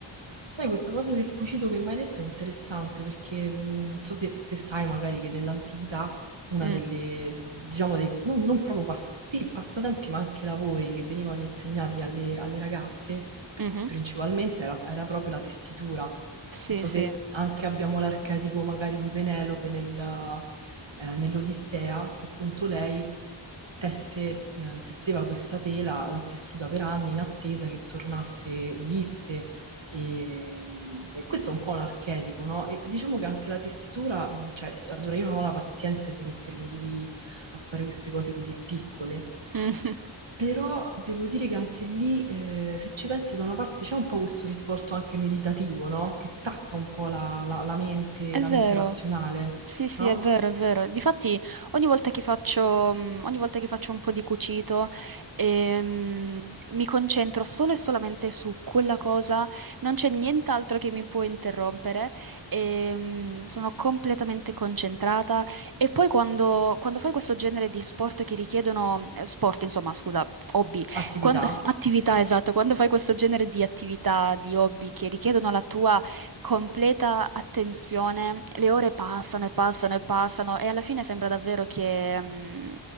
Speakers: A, on the right (about 70°); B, on the right (about 45°).
A: Sai, questa cosa del cucito che mi hai detto è interessante perché mh, non so se, se sai magari che nell'antichità una
B: Mm,
A: delle, diciamo, dei, non, non proprio pass- sì, passatempi, ma anche lavori che venivano insegnati alle, alle ragazze, sp-
B: mhm.
A: principalmente, era, era proprio la tessitura.
B: Sì,
A: Non so
B: sì.
A: se anche abbiamo l'archetipo magari di Penelope nel, eh, nell'Odissea, che appunto lei tesse, eh, tesseva questa tela, l'ha tessuta per anni in attesa che tornasse Ulisse e, mm, e questo è un po' un archetipo, no? E diciamo che anche la tessitura, mm, cioè, allora io non ho la pazienza di mettermi lì a fare queste cose così piccole,
B: Mhm. <laughs>
A: però devo dire che anche lì, eh, se ci pensi, da una parte c'è un po' questo risvolto anche meditativo, no? Che stacca un po' la, la- la mente,
B: È
A: la
B: vero.
A: mente razionale,
B: Sì, sì,
A: no?
B: è vero, è vero. Difatti, ogni volta che faccio, mm, ogni volta che faccio un po' di cucito, ehm, mi concentro solo e solamente su quella cosa, non c'è nient'altro che mi può interrompere, ehm, sono completamente concentrata. E poi quando, quando fai questo genere di sport che richiedono, eh, sport, insomma, scusa, hobby,
A: Attività,
B: quan- <laughs> attività,
A: sì, sì.
B: esatto, quando fai questo genere di attività, di hobby che richiedono la tua completa attenzione, le ore passano e passano e passano e alla fine sembra davvero che, mm,